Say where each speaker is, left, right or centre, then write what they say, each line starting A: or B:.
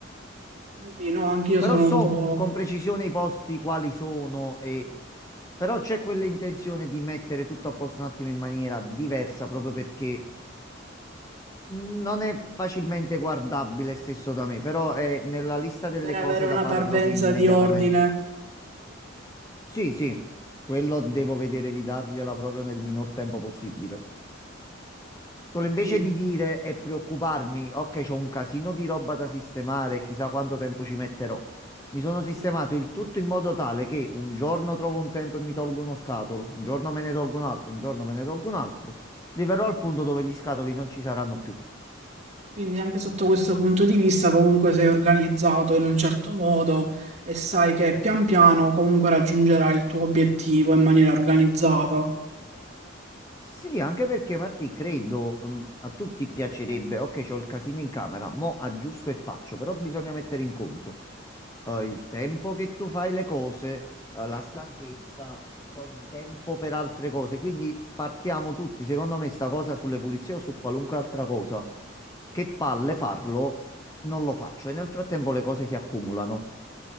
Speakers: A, on the right; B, on the left.
A: Quindi no, anch'io
B: Però
A: sono
B: so
A: un po'
B: con precisione i posti quali sono e... Però c'è quell'intenzione di mettere tutto a posto un attimo in maniera diversa proprio perché non è facilmente guardabile stesso da me, però è nella lista delle
A: per avere
B: cose
A: una
B: da fare
A: parvenza
B: proprio immediatamente.
A: di ordine,
B: Sì, sì, quello devo vedere di dargliela proprio nel minor tempo possibile. Solo invece
A: sì.
B: di dire e preoccuparmi, ok, c'ho un casino di roba da sistemare, chissà quanto tempo ci metterò. Mi sono sistemato
A: Mm.
B: il tutto in modo tale che un giorno trovo un tempo e mi tolgo uno scatolo, un giorno me ne tolgo un altro, un giorno me ne tolgo un altro. Arriverò al punto dove gli scatoli non ci saranno più.
A: Quindi anche sotto questo punto di vista comunque sei organizzato in un certo modo e sai che pian piano comunque raggiungerai il tuo obiettivo in maniera organizzata.
B: Sì, anche perché Martì, credo, mm, a tutti piacerebbe, ok, c'ho il casino in camera, mo aggiusto e faccio, però bisogna mettere in conto. eh, il tempo che tu fai le cose, eh, la stanchezza, togli tempo per altre cose. Quindi partiamo tutti, secondo me, sta cosa sulle pulizie o su qualunque altra cosa. Che palle farlo, non lo faccio e nel frattempo le cose si accumulano.